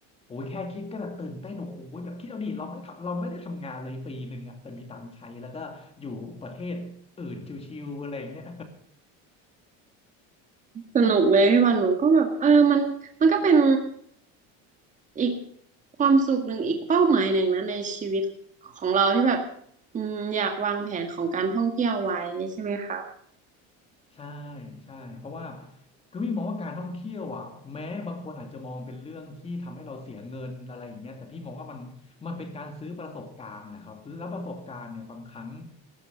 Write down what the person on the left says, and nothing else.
โอ้ยแค่คิดก็แบบตื่นเต้นโอ้โหแบบคิดเอาดิเราไม่ทำเราไม่ได้ทำงานเลยปีหนึ่งอ่ะแต่มีตังค์ใช้แล้วก็อยู่ประเทศอื่นชิวๆอะไรอย่างเงี้ย
ใช่ใช่เพราะว่าคือพี่มองว่าการท่องเที่ยวอ่ะแม้บางคนอาจจะมองเป็นเรื่องที่ทำให้เราเสียเงินอะไรอย่างเงี้ยแต่พี่มองว่ามันมันเป็นการซื้อประสบการณ์นะครับแล้วประสบการณ์เนี่ยบางครั้ง